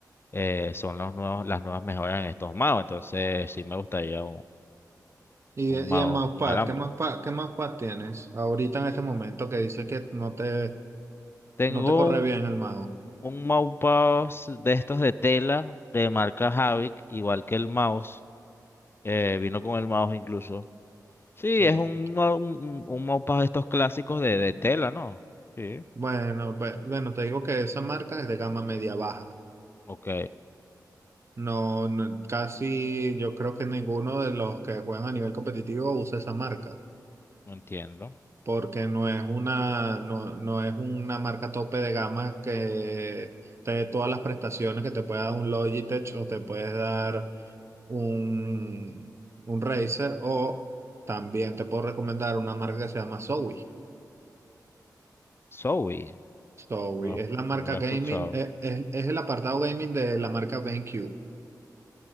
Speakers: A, on the left; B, on the right.
A: eh, son los nuevos, las nuevas mejoras en estos magos. Entonces, sí me gustaría
B: Y,
A: Un mouse
B: y en Mousepad,
A: inalámbrico.
B: ¿qué Mousepad, qué Mousepad tienes ahorita en este momento que dices que no te,
A: Tengo
B: no te corre
A: un,
B: bien el mouse?
A: un mousepad de estos de tela de marca Havik, igual que el mouse. eh, vino con el mouse incluso. Sí,
B: Bueno,
A: es un, mou- un, un mousepad de estos clásicos de, de tela, ¿no? Sí.
B: bueno, pues, bueno, te digo que esa marca es de gama media baja.
A: Ok,
B: No, no, casi yo creo que ninguno de los que juegan a nivel competitivo usa esa marca,
A: no entiendo.
B: porque no es una, no, no es una marca tope de gama que te dé todas las prestaciones que te puede dar un Logitech o te puedes dar un, un Razer o también te puedo recomendar una marca que se llama Zowie.
A: Zoe,
B: Zowie
A: no,
B: es la marca
A: no lo he
B: gaming,
A: escuchado.
B: eh, es, es el apartado gaming de la marca BenQ.